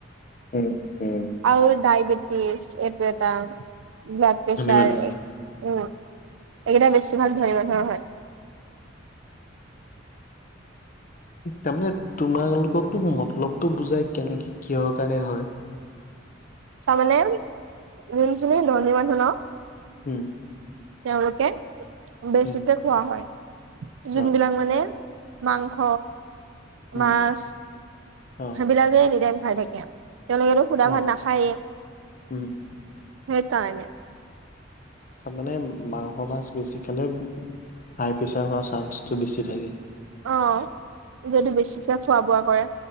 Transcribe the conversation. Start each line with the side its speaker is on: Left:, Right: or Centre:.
Left: উম, উম।
Right: আৰু ডায়বেটিছ, এইটো এটা ব্লাড প্ৰেছাৰে।
Left: মানুহ
Right: অ' এইকেইটা বেছি ভাগ ধনী মানুহৰ হয়।
Left: তাৰমানে তোমালোককতো মতলবটো বুজাই, কেনেকে কিহৰ কাৰণে হয়।
Right: তাৰমানে যোনখিনি ধনী মানুহ ন'।
Left: উম।
Right: তেওঁলোকে বেছিকে
Left: উম
Right: খোৱা হয়। যোনবিলাক
Left: অ
Right: মানে মাংস
Left: উম
Right: মাছ,
Left: অ
Right: সেইবিলাকে এনি টাইম খাই থাকে। তেওঁলোকেতো শুদা
Left: উম
Right: ভাত নাখায়েই,
Left: উম
Right: সেইকাৰণে।
Left: তাৰমানে মাংস-মাছ বেছি খালে হাই প্ৰেছাৰ হোৱা চাঞ্চটো বেছি থাকে।
Right: অ', যদি বেছিকে খোৱা-বোৱা কৰে।